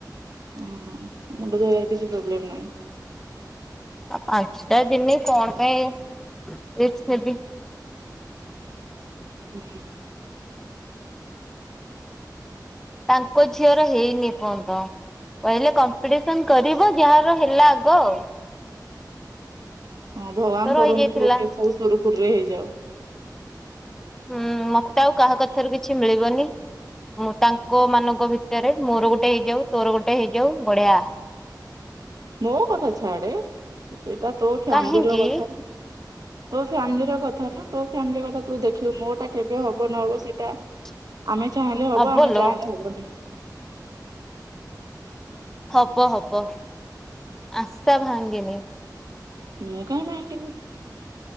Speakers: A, on the right; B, in the centre.
A: ଓହୋ ମୁଣ୍ଡ ଧୋଇବାର କିଛି ପ୍ରୋବ୍ଲେମ ନାହିଁ।
B: ଆ ପାଞ୍ଚଟା ଦିନି କଣ ପାଇଁ ରିକ୍ସ ନେବି।
A: ହୁଁ।
B: ତାଙ୍କ ଝିଅର ହେଇନି ଏପର୍ଯ୍ୟନ୍ତ। କହିଲେ କମ୍ପିଟିସନ କରିବ ଯାହାର ହେଲା ଆଗ ଆଉ।
A: ହଁ ଭଗବାନ
B: ମୋର ତ ରହିଯାଇଥିଲା।
A: କରନ୍ତୁ ତୋର ଗୋଟେ ପୁଅ ସୁରୁଖୁରୁରେ ହେଇଯାଉ।
B: ହୁଁ ମତେ ଆଉ କାହା କଥାରୁ କିଛି ମିଳିବନି। ମୁଁ ତାଙ୍କ ମାନଙ୍କ ଭିତରେ ମୋର ଗୋଟେ ହେଇଯାଉ ତୋର ଗୋଟେ ହେଇଯାଉ ବଢିଆ।
A: ମୋ କଥା ଛାଡେ ସେଇଟା ତୋ ଫ୍ୟାମିଲିର
B: କାହିଁକି
A: କଥା। ତୋ ଫାମିଲି ର କଥା ନା ତୋ ଫ୍ୟାମିଲି କଥା ତୁ ଦେଖିବୁ ମୋଟା କେବେ ହବ ନହବ ସେଇଟା
B: <inaudible>
A: ଆମେ ଚାହିଁଲେ ହବ
B: ହବଲୋ
A: ଆମେ ଚାହିଁଲେ ହବନି।
B: ହବ ହବ ଆଶା ଭାଙ୍ଗେନି।
A: ମୁଁ କାଇଁ ଭାଙ୍ଗିବି।